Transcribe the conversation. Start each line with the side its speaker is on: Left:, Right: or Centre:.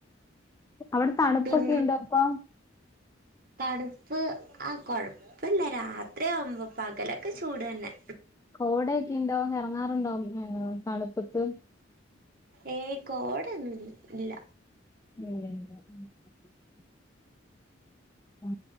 Left: അവിടെ തണുപ്പൊക്കെ
Right: പിൻ
Left: ഉണ്ടോ പ്പൊ
Right: തണുപ്പ് ആ കൊഴപ്പല്ല രാത്രി ആവുമ്പോ പകലൊക്കെ ചൂട് തന്നെ
Left: കോടയക്കെണ്ടോ ഇറങ്ങാറുണ്ടോ ഏ പാടത്തേക്ക്
Right: ഏയ് കോടൊന്നും ഇല്ല
Left: <unintelligible> ആ